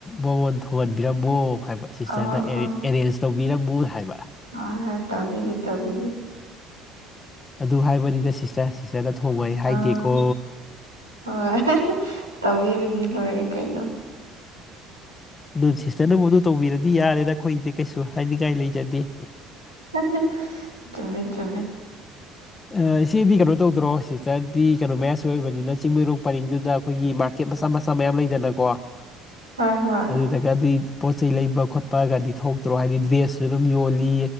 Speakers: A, on the left; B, on the right.
A: ꯃꯉꯣꯟ ꯊꯣꯡꯍꯟꯕꯤꯔꯝꯃꯣ ꯍꯥꯏꯕ ꯁꯤꯁꯇꯔꯅ
B: ꯑꯣ ꯑꯣ
A: ꯑꯦꯔꯦꯟꯖ ꯇꯧꯕꯤꯔꯝꯃꯣ ꯍꯥꯏꯕ
B: ꯍꯣꯏ ꯍꯣꯏ ꯇꯧꯕꯤꯒꯦ ꯇꯧꯕꯤꯒꯦ
A: ꯑꯗꯨ ꯍꯥꯏꯕꯅꯤꯗ ꯁꯤꯁꯇꯔ ꯁꯤꯁꯇꯔꯒ ꯊꯣꯡꯕ ꯑꯩ ꯍꯥꯏꯗꯦꯀꯣ
B: ꯑꯥ ꯍꯣꯏ ꯇꯧꯕꯤꯔꯗꯤ ꯂꯣꯏꯔꯦ ꯀꯩꯅꯣ
A: ꯑꯗꯨ ꯁꯤꯁꯇꯔꯅꯕꯨ ꯑꯗꯨ ꯇꯧꯕꯤꯔꯗꯤ ꯌꯥꯔꯦꯗ ꯑꯩꯈꯣꯏꯗꯤ ꯀꯩꯁꯨ ꯍꯥꯏꯅꯤꯡꯉꯥꯏ ꯂꯩꯖꯗꯦ
B: <unintelligible> ꯆꯨꯝꯃꯦ ꯆꯨꯝꯃꯦ
A: ꯑ ꯏꯆꯦꯗꯤ ꯀꯩꯅꯣ ꯇꯧꯗ꯭ꯔꯣ ꯁꯤꯁꯇꯔꯗꯤ ꯀꯩꯅꯣ ꯃꯌꯥꯁꯨ ꯑꯣꯏꯕꯅꯤꯅ ꯆꯤꯡꯃꯩꯔꯣꯡ ꯄꯔꯤꯡꯗꯨꯗ ꯑꯩꯈꯣꯏꯒꯤ ꯃꯥꯔꯀꯦꯠ ꯃꯆꯥ ꯃꯆꯥ ꯃꯌꯥꯝ ꯂꯩꯗꯅꯀꯣ
B: ꯍꯣꯏ ꯍꯣꯏ
A: ꯑꯗꯨ ꯒꯥꯗꯤ ꯄꯣꯠ ꯆꯩ ꯂꯩꯕ ꯈꯣꯠꯄꯒꯗꯤ ꯊꯣꯛꯇ꯭ꯔꯣ ꯍꯥꯏꯗꯤ ꯗ꯭ꯔꯦꯁꯁꯨ ꯑꯗꯨꯝ ꯌꯣꯜꯂꯤ